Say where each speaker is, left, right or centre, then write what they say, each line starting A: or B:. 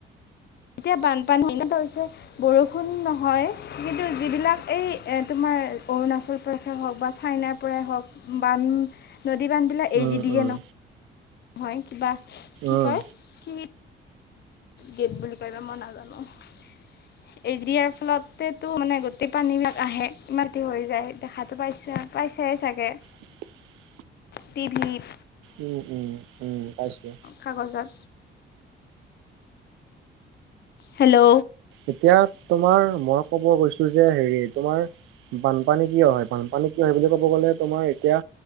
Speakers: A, on the left; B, on the right.
A: এতিয়া বানপানী এনেকোৱা হৈছে বৰষুণ নহয় কিন্তু যিবিলাক এই এ তোমাৰ অৰুণাচল প্ৰদেশে হওক বা চাইনাৰ পৰাই হওক বান নদী বান্ধ বিলাক
B: উম
A: এৰি দি দিয়ে
B: উম
A: ন। হয় কিবা কি
B: উম
A: কয় কি গেট বুলি কয় মই নাজানো। এৰি দিয়াৰ ফলতেতো মানে গোটেই পানীবাক আহে ইমানি হৈ যায় দেখাতো পাইছে। পাইছাই চাগে।
B: <unintelligible>
A: তিভিত।
B: উম উম উম পাইছো।
A: কাগজত হেল্ল'।
B: এতিয়া তোমাৰ মই কব গৈছো যে হেৰি তোমাৰ বানপানী কি হয় বানপানী কি হয় বুলি ক'ব গ'লে তোমাৰ এতিয়া